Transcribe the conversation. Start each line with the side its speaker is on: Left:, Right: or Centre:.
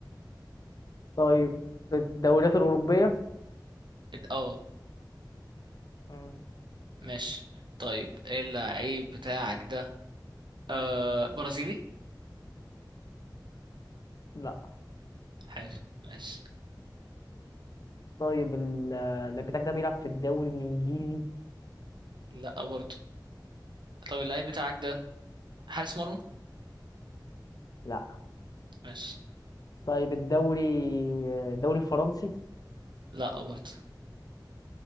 Left: طيب في الدوريات الاوروبية
Right: اه
Left: مم،
Right: ماشي طيب ايه اللعيب بتاعك ده آه برازيلي
Left: لا
Right: حلو ماشي
Left: طيب ال- اللعيب بتاعك ده بيلعب في الدوري الانجليزي
Right: لا برضه طب اللعيب بتاعك ده حارس مرمى
Left: لا
Right: ماشي
Left: طيب الدوري الدوري الفرنسي
Right: لا برضه